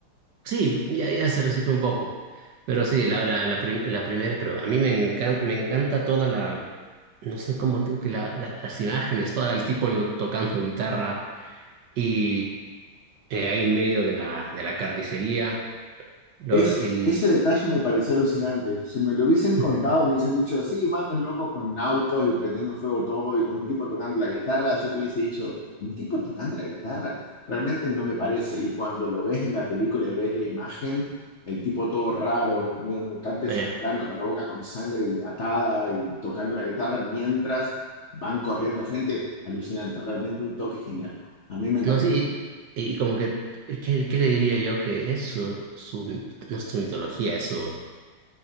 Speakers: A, on the right; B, on the left.
A: Sí, ya, ya se recicla un poco. Pero sí, la, la, la, prim- la primera, pero a mí me encanta, me encanta toda la. No sé cómo. te- que La, la- las imágenes, todo el tipo tocando guitarra. y eh, ahí en medio de la, de la carnicería, lo-
B: Es,
A: el,
B: ese detalle me pareció alucinante. Si me lo hubiesen contado,
A: Ujú.
B: me hubiesen dicho, sí, manos locos con autos y prendiendo fuego todo y con un tipo tocando la guitarra, yo te hubiese dicho, ¿un tipo tocando la guitarra? Realmente no me parece. Y cuando lo ves en la película y ves la imagen, el tipo todo raro, medio mutante,
A: eh,
B: sangrando con la boca con sangre y atada y tocando la guitarra mientras van corriendo gente, alucinante. Realmente un toque genial. A mí me encantó.
A: no sé, y, y como que, eh, ¿qué, qué le diría yo? Que es su, su, no es su mitología, es su,